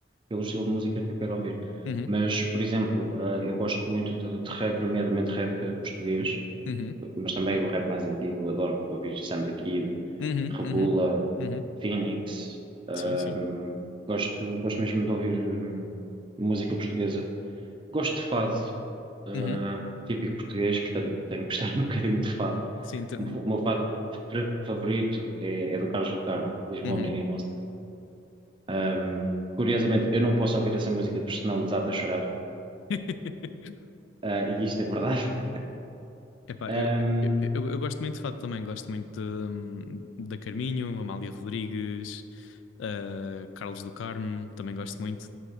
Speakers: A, on the right; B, on the left.
A: pelo estilo de música que eu quero ouvir.
B: Uhum,
A: Mas, por exemplo, eh, eu gosto muito de, de rap, nomeadamente rap português.
B: uhum,
A: mas também o rap mais antigo, eu adoro ouvir Sam the Kid,
B: uhum,
A: Regula,
B: uhum, uhum.
A: Phoenix. Ahm,
B: Sim, sim.
A: gosto, gosto mesmo de ouvir hum, música portuguesa. Gosto de fado, ah,
B: Uhum.
A: típico português, portanto tenho que gostar <laughs> um bocadinho de fado.
B: Sim, te-
A: O meu fado fa- favorito é, é do Carlos do Carmo, Lisboa,
B: uhum.
A: Unida e Moça. Ahm, curiosamente, eu não posso ouvir essa música porque senão me desata a chorar.
B: <laughs>
A: Ah, e isto é verdade.
B: Epá,
A: <laughs>
B: eu, eu, eu, eu gosto muito de fado também, gosto muito de- da Carminho, Amália Rodrigues, ah, Carlos do Carmo, também gosto muito,